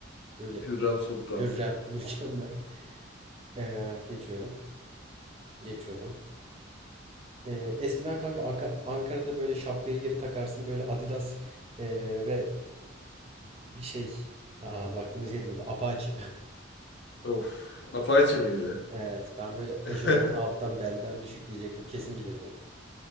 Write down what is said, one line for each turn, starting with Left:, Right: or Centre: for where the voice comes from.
Right: böyle
Left: Hürrem Sultan.
Right: Hürrem <laughs> mükemmel. Eee, geçiyorum. Geçiyorum. Eee, eskiden kanka Aka- Ankara'da böyle şapkayı geri takarsın böyle Adidas eee, ve bir şey Aa, vaktimiz yetmedi Apache. <laughs>
Left: Of. Apache miydi?
Right: Evet ben böyle
Left: <laughs>
Right: eşofmanı alttan belden düşük diyecektim kesin bilirdin.